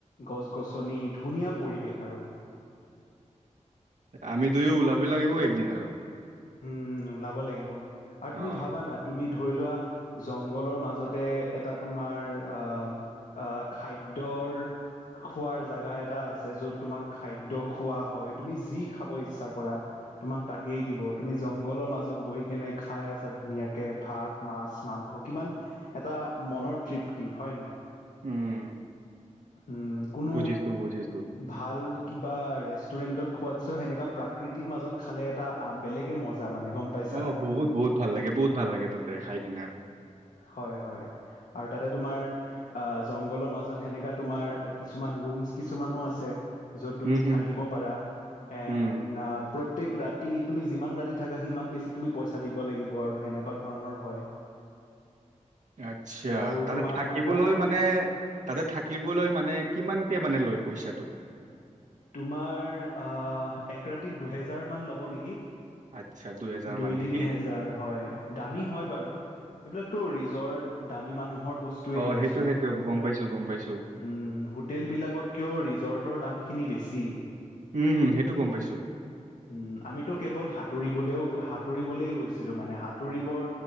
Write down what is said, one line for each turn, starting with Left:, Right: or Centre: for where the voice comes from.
Left: গছ গছনি ধুনীয়া পৰিৱেশ আৰু।
Right: আমি দুয়ো ওলাব লাগিব একদিন আৰু।
Left: উম ওলাব লাগিব আৰু তুমি
Right: অ'
Left: ভাবানা তুমি ধৰি লোৱা জংঘলৰ মাজতে এটা তোমাৰ আহ আহ খাদ্য ৰ খোৱাৰ জাগা এটা আছে যত তোমাক খাদ্যয় খোৱা হয়। তুমি যি খাব ইচ্ছা কৰা তোমাক তাকেই দিব। তুমি জংঘলৰ মাজত বহি কেনে খাই আছা ধুনীয়াকে ভাত, মাছ, মাংস কিমান এটা আ, মনৰ তৃপ্তি হয় নাই?
Right: উম।
Left: উ কোনো
Right: বুজিছো বুজিছো
Left: ভাল কিবা ৰেষ্টুৰেণ্টত খোৱাতছে সেনেকা প্ৰাকৃতিৰ মাজত খালে এটা বেলেগে মজা মানে গম পাইছা
Right: অ বহুত বহুত ভাল লাগে বহুত ভাল লাগে তাতে খাই কিনে।
Left: হয় হয়। আৰু তাতে তোমাৰ, আহ জংঘলৰ মাজত সেনেকা তোমাৰ কিছুমান ৰুমচ কিছুমানো আছে। য'ত তুমি
Right: উম
Left: থাকিব
Right: উম
Left: পাৰা এণ্ড
Right: উম
Left: প্ৰত্যেক ৰাতি তুমি যিমান ৰাতি থাকা সিমান বেছি তুমি পইচা দিব লাগিব আৰু সেনেকুৱা ধৰণৰ হয়।
Right: আচ্ছা,
Left: আৰু
Right: তাতে
Left: তোমাৰ
Right: থাকিবলৈ
Left: আমিতো
Right: মানে তাতে থাকিবলৈ মানে কিমান কে মানে লয় পইচাটো?
Left: তোমাৰ আ এক ৰাতি দুহেজাৰ মান ল'ব নেকি?
Right: আচ্ছা। দুহেজাৰ
Left: দুই
Right: মান নেকি
Left: তিনি হেজাৰ হয়, দামী হয় বাৰু এইবিলাকতো ৰিজৰ্ট দামী মানুহৰ বস্তু এ
Right: অ'
Left: দিয়া
Right: সেইটো
Left: চুন,
Right: সেইটো গম পাইছো গম পাইছো
Left: হুম হোটেল বিলাকতকেও ৰিছৰটৰ দাম খিনি বেছি।
Right: উম হম সেইটো গম পাইছো
Left: উম, আমিতো কেৱল সাঁতুৰিবলেও সা সাঁতুৰিবলৈ গৈছিলো মানে সাতুৰিবৰ